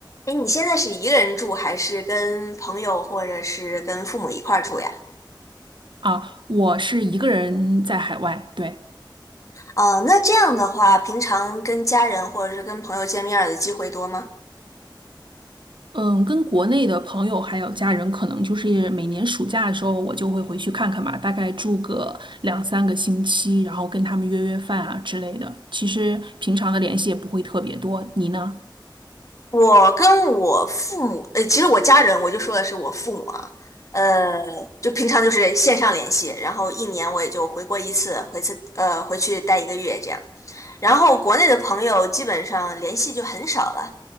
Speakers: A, on the left; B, on the right.
A: 哎，你现在是一个人住，还是跟朋友或者是跟父母一块儿住呀？
B: 啊，我是一个人在海外，对，
A: 哦，那这样的话，平常跟家人或者是跟朋友见面儿的机会多吗？
B: 嗯，跟国内的朋友还有家人，可能就是每年暑假的时候，我就会回去看看嘛，大概住个两三个星期，然后跟他们约约饭啊之类的。其实平常的联系也不会特别多。你呢？
A: 我跟我父母，呃，其实我家人，我就说的是我父母啊，呃，就平常就是线上联系，然后一年我也就回国一次，回次呃回去待一个月这样。然后国内的朋友基本上联系就很少了，